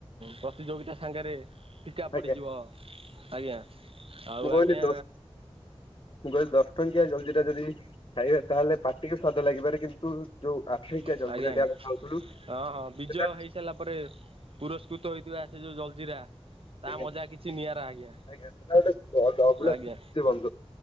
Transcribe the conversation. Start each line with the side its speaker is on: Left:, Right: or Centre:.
Right: ପ୍ରତିଯୋଗିତା ସାଙ୍ଗରେ ଫିକା ପଡିଯିବ
Left: ଆଜ୍ଞା
Right: ଆଜ୍ଞା, ଆଉ
Left: ମୁଁ କହିଲି
Right: ଆଜ୍ଞା
Left: ଦଶ ମୁଁ କହିଲି ଦଶ ଟଙ୍କିଆ ଜଲଜୀରା ଯଦି ଖାଇବା ତାହେଲେ ପାଟିିକି ସ୍ଵାଦ ଲାଗିପାରେ କିନ୍ତୁ ଯୋଉ ଆଠଣିକିଆ
Right: ଆଜ୍ଞା
Left: ଜଲଜୀରାଟି
Right: ଆଜ୍ଞା
Left: ଆମେ ଖାଉଥିଲୁ ସେଟା
Right: ହଁ ହଁ ବିଜୟ <inaudible> ପୁରସ୍କୃତ ହୋଇଥିବା ସେ ଯୋଉ ଜଲଜିିରା ତା
Left: ଆଜ୍ଞା-ଆଜ୍ଞା
Right: ମଜା କିଛି ନିଆରା ଆଜ୍ଞା
Left: ସେଟା ଗୋଟେ ଅଭୂଲା
Right: ଆଜ୍ଞା
Left: ସ୍ମୃତି ବନ୍ଧୁ।